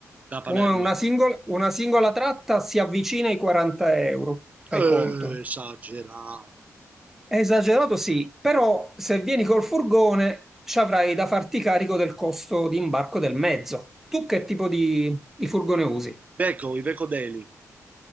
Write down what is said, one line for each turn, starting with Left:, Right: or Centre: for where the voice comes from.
Right: da Palermo?
Centre: una una singola, una singola tratta si avvicina ai 40 euro, fai
Right: Eh,
Centre: conto.
Right: esagerato.
Centre: È esagerato, sì, però se vieni col furgone ci avrai da farti carico del costo di imbarco del mezzo. Tu che tipo di, di furgone usi?
Right: Veco, i Vecodeli,